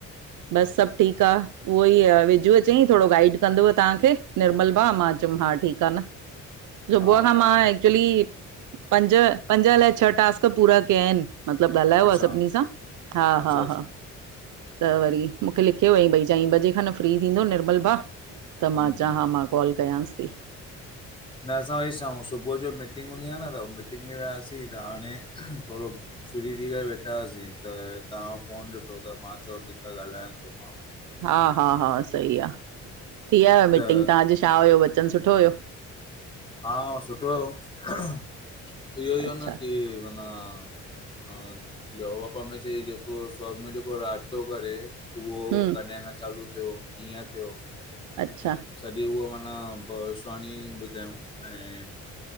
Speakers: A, on the right; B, on the left.
A: बसि सभु ठीकु आ, उहो ई अ विजुअ चंई थोड़ो गाइड कंदव तव्हांखे निर्मल भा मां हा ठीकु आ न। सुबुह
B: हा
A: खां
B: हा
A: मां एक्चुली पंज, पंज अलाइ छह टास्क पूरा कियाइन। मतिलबु ॻाल्हायव
B: अच्छा
A: सभिनी सां? हा-
B: अच्छा
A: हा-
B: अच्छा
A: हा।
B: हम्म
A: त वरी मूंखे लिखियो अईं, भई चईं बजे खनि फ्री थींदो निर्मल भा। त मां
B: हम्म
A: चां हां मां कॉल कयांसि ती।
B: न असां वरी छाऊं सुबुह जो मीटिंग हूंदी आ न त मीटिंग में वियासीं त हाणे थोड़ो फिरी थी करे वेठाहा सीं, त तहांजो फोन ॾिठो त मां चयो ठीकु आ ॻाल्हायांन तो, मां ब
A: हा -हा- हा सही आ, थी आयव
B: त
A: मीटिंग तां, अॼु छा हुयो वचन सुठो हुयो?
B: हा सुठो हुयो, हं इहो ई हो
A: अच्छा
B: न की माना हा! पपा हमेशह जेको स् जेको रात थो करे <unintelligible> उहो,
A: हम्म
B: कॾहिं खां चालू थियो, कीअं थियो
A: अच्छा
B: सॼी उहो माना भविष्वाणी ॿुधायऊं ऐं